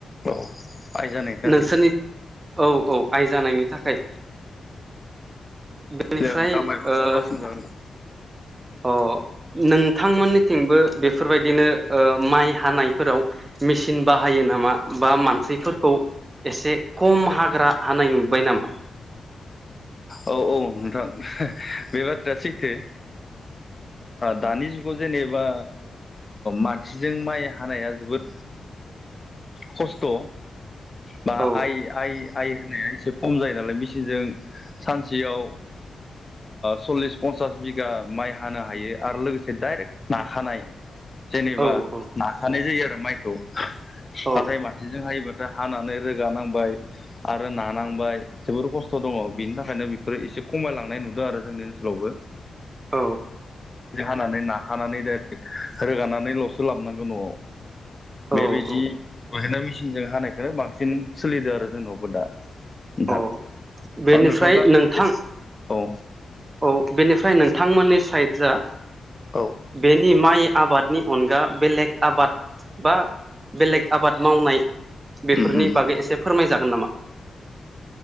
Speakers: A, on the left; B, on the right.
A: औ आइ जानायनि थाखाय
B: नोंसोरनि औ औ आइ जानायनि थाखाय बेनिफ्राय
A: जे <unintelligible> सोंजागोन
B: ओ
A: जागोन दे
B: अ नोंथांमोननिथिंबो बेफोरबायदिनो माइ हानायफोराव मेचिन बाहाय बे‌ नामा बा मानसिफोरखौ एसे खम हाग्रा हानाय नुबाय नामा <inaudible>
A: औ औ नोंथां बे बाथ्राया सैथो दानि जुगाव जेनेबा मानसिजों माइ हानाया जोबोद खस्थ' बा
B: औ
A: आइ आइ आइ होनाया एसे खम जायो नालाय मेसिनजों सानसेयाव सल्लिस पन्सास बिगा माइ हानो हायो आरो लोगोसे डाइरेक्ट नाखानाय जेनेबा
B: औ औ
A: नाखानाय जायो आरो माइखौ
B: औ
A: नाथाय मासेजों हायोबा ओ हानानै रोगानांबाय आरो नानांबाय जोबोर खस्थ' दङ बेनि थाखायनो बेफोरो एसे खमायलांनाय नुदों आरो जोंनि ओनसोलावबो
B: औ
A: होनानै नाखानानै डाइरेक्ट रोगानानैल'सो लाबनांगौ न'आव
B: औ
A: बेबायदि
B: औ
A: ओखायनो मेसिनजों हानायखौ बांसिन सोलिदों आरो जोंनावबो दा नोंथां
B: औ बेनिफ्राय
A: औ नोंथांखौ आं
B: नोंथां
A: एसे औ
B: औ बेनिफ्राय नोंथांमोननि साइद जा
A: औ
B: बेनि माइ आबादनि अनगा बेलेग आबाद बा बेलेग आबाद मावनाय बेफोरनि
A: औ
B: बागै एसे फोरमायजागोन नामा